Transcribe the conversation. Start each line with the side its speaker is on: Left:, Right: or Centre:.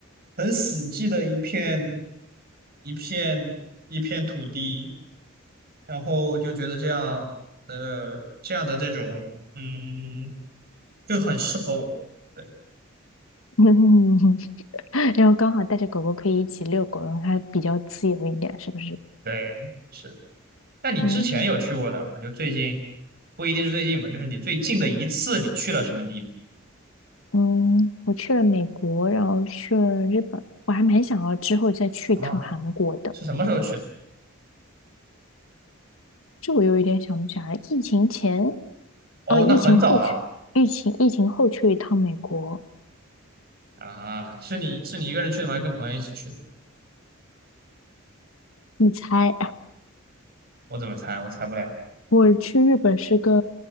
Right: 很死寂的一片一片一片土地，然后就觉得这样的这样的这种嗯就很适合我。对
Left: <laughs> 然后刚好带着狗狗可以一起遛狗，然后它比较自由一点，是不是？
Right: 对，是。那你之前有去过的？
Left: 哦，
Right: 就最近不一定是最近嘛，就是你最近的一次你去了什么地
Left: 嗯，我去了美国，然后去了日本，我还蛮想要之后再去一趟韩国的。
Right: 方啊？是什么时候去的？
Left: 这我又有一点想不起来了，疫情前，
Right: 哦，
Left: 哦，疫情后去，
Right: 那很早了
Left: 疫情疫情后去一趟美国。
Right: 啊！是你是你一个人去的吗？还是跟朋友一起去的？
Left: 你猜，<laughs>
Right: 我怎么猜？我猜不了
Left: 我去日本是跟